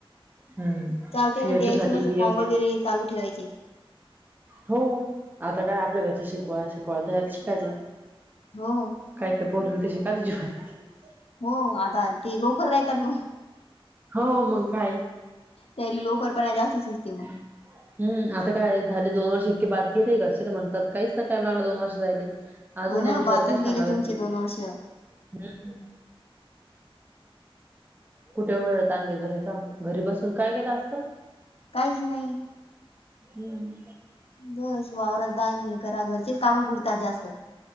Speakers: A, on the right (about 20°); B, on the left (about 85°).
A: हम्म
B: चालते
A: सी
B: ना
A: एच
B: द्यायची
A: ओ साठी
B: मस
A: D
B: form
A: M A
B: वगैरे
A: R
B: चालू ठेवायचे
A: हो आता काय आपल्या घरचे शिकवा शिकवायला तरत शिकायचं
B: हो
A: काय काय बोलल त्याची का झर <unintelligible>
B: हो आता ते लवकर राहतात मग
A: हो मग काय
B: त्या लोकरर पण आहे जास्तच नसते मग
A: <unintelligible> हम् आता काय झाले दोन वर्ष इतके बाद गेले घरचे तर म्हणतात काहीच ना टाइम लागला दोन वर्ष झायले अजून
B: हो
A: दोन
B: ना
A: वर्ष झालं
B: बातच
A: काय टाम
B: गेले
A: लागत
B: तुमचे
A: हम
B: दोन वर्ष
A: कुठे एढ त आण घेत बसायचा घरी बसून काय गेलं असत
B: काहीच नाही
A: हम्म
B: बस वावरात जाय नाही करा घरचीच कामं पुडतात जास्त